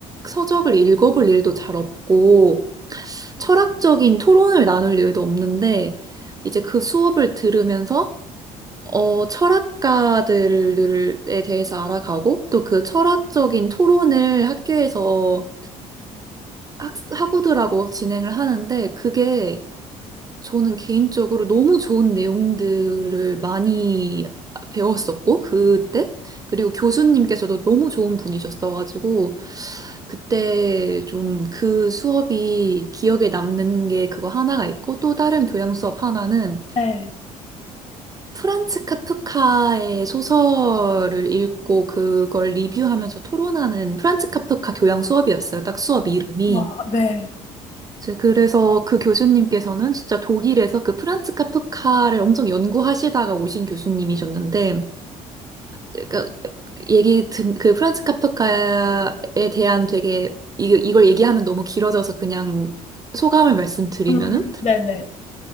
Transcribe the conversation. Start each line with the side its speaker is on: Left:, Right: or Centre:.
Right: 서적을 읽어볼 일도 잘 없고 철학적인 토론을 나눌 일도 없는데 이제 그 수업을 들으면서 어, 철학가들에 대해서 알아가고 또 그 철학적인 토론을 학교에서 학, 학우들하고 진행을 하는데 그게 저는 개인적으로 너무 좋은 내용들을 많이 배웠었고, 그때? 그리고 교수님께서도 너무 좋은 분이셨어가지고, 그때 좀 그 수업이 기억에 남는 게 그거 하나가 있고, 또 다른 교양 수업 하나는
Left: 네.
Right: 프란츠 카프카의 소설을 읽고 그걸 리뷰하면서 토론하는 프란츠 카프카 교양 수업이었어요. 딱 수업 이름이.
Left: 와, 네.
Right: 제 그래서 그 교수님께서는 진짜 독일에서 그 프란츠 카프카를 엄청 연구하시다가 오신 교수님이셨는데, 그러니까 얘기 든, 그 프란츠 카프카에 대한 되게, 이, 이걸 얘기하면 너무 길어져서 그냥 소감을 말씀드리면은
Left: 음. 네네.